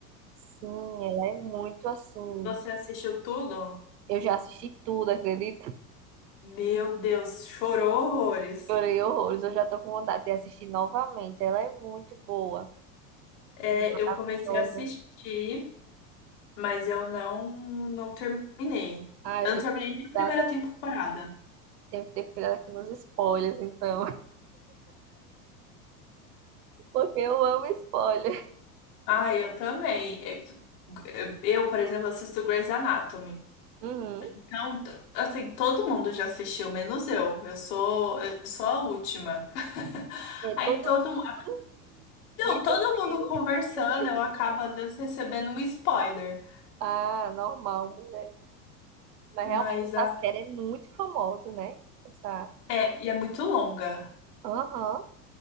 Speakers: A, on the right; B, on the left.
A: Sim, ela é muito assim.
B: Você assistiu tudo?
A: Eu já assisti tudo, acredita?
B: Meu Deus, chorou horrores.
A: <laughs> Chorei horrores, eu já tô com vontade de assistir novamente. Ela é muito boa.
B: É,
A: maravilhoso.
B: eu comecei a assistir. mas eu não não terminei.
A: Ah,
B: Eu
A: eu tenho
B: não terminei
A: que ter
B: nem a primeira
A: cuidado,
B: temporada.
A: tenho que ter cuidado aqui nos spoilers, então. <laughs> Porque eu amo spoiler.
B: Ah, eu também. É que- Eu, por exemplo, assisto Grey's Anatomy.
A: Uhum.
B: Então, t- assim, todo mundo já assistiu, menos eu. Eu sou, eu sou a última. <laughs>
A: É
B: Aí
A: todo
B: todo mundo,
A: mundo,
B: não,
A: menos
B: todo
A: ele.
B: mundo conversando,
A: <laughs>
B: eu acabo às vezes recebendo um spoiler.
A: Ah, normal, mulher. Mas realmente
B: Mas
A: essa
B: a,
A: série é muito famosa, né? Essa.
B: é, e é muito longa.
A: Aham.